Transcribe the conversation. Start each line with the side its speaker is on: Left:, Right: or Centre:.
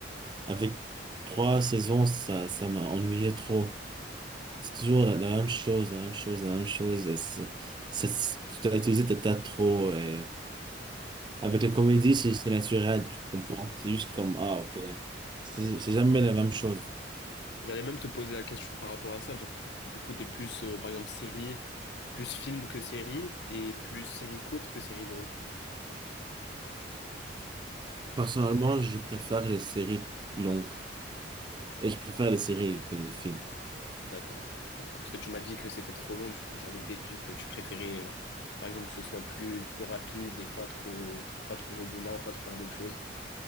Right: avec trois saisons, ça, ça m'a ennuyé trop. C'est toujours la, la même chose, la même chose, la même chose. Et c'est- ça- c'est- tu t'as utilisé ta tas trop. Et... Avec
Left: Mhm.
Right: la comédie, c'est c'est naturel, tu comprends. C'est juste comme, ah, ok. C'est c'est jamais la même chose.
Left: J'allais même te poser la question par rapport à ça. Genre, du coup, t'es plus, euh, par exemple, série, plus film que série, et plus série courte que série longue.
Right: Personnellement, je préfère les séries longues. Et je préfère les séries que les films.
Left: D'accord, d'accord. Parce que tu m'as dit que c'était trop long, du coup, j'en ai déduit que tu préférais, euh, par exemple, que ce soit plus, plus rapide et pas trop, pas trop redondant, pas trop la même chose.